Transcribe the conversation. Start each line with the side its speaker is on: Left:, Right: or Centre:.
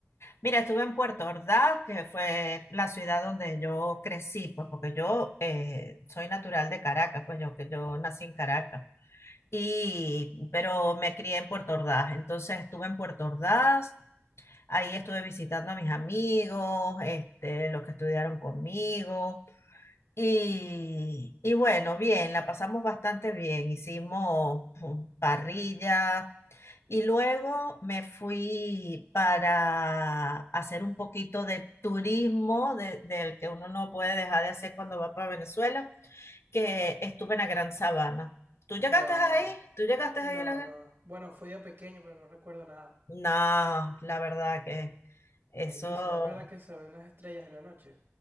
Left: Mira, estuve en Puerto Ordaz, que fue la ciudad donde yo crecí, pues porque yo eh, soy natural de Caracas, pues yo, que yo nací en Caracas, y, pero me crié en Puerto Ordaz, entonces estuve en Puerto Ordaz, ahí estuve visitando a mis amigos, este, los que estudiaron conmigo, y, y bueno, bien, la pasamos bastante bien, hicimos mm, parrillas, y luego me fui para hacer un poquito de turismo de- del que uno no puede dejar de hacer cuando va para Venezuela, que estuve en la Gran Sabana. ¿Tú llegaste
Right: Wow.
Left: ahí? ¿Tú llegaste
Right: No,
Left: ahí a la Gran?
Right: no. Bueno, fui de pequeño, pero no recuerdo nada.
Left: No, la verdad que eso
Right: Bellísimo. Es verdad que se ven las estrellas en la noche.